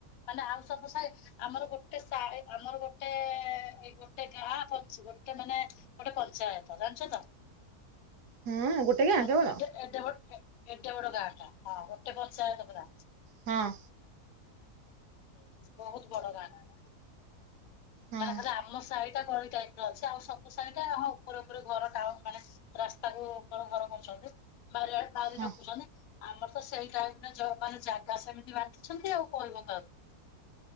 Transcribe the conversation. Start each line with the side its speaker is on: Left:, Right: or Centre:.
Left: ମାନେ ଆଉ ସବୁ ସାଇ ଆମର ଗୋଟେ ସାଇ ଆମର ଗୋଟେ ଏଇ ଗୋଟେ ଗାଁ ପଞ୍ଚ ଗୋଟେ ମାନେ ଗୋଟେ ପଞ୍ଚାୟତ ଜାଣିଛ ତ।
Right: ହୁଁ ଗୋଟେ ଗାଁ
Left: ଆଉ
Right: କେବଳ
Left: ଏଡେ ଏଡେ ବଡ ଏ ଏଡେ ବଡ ଗାଁ ଟା ହଁ ଗୋ ଟେ ପଞ୍ଚାୟତ ପୁରା।
Right: ହଁ
Left: ହୁଁ ବହୁତ ବଡ ଗାଁ <inaudible>
Right: ହଁ
Left: ମାନେ ଖାଲି ଆମ ସାଇ ଟା ଗଳି ଟା ଅଛି ଆଉ ସବୁ ସାହିଟା ହଁ ଉପରେ ଉପରେ ଘର ଟା ମାନେ ରାସ୍ତାକୁ ବରଂ ଘର କରୁଛନ୍ତି। ବାର ବାର
Right: ହଁ
Left: ରଖୁଛନ୍ତି ଆମର ତ ସେଇ ଟାଇପରେ ଜ ମାନେ ଜାଗା ସେମିତି ବାଣ୍ଟିଛନ୍ତି ଆଉ କହିବ କାହାକୁ।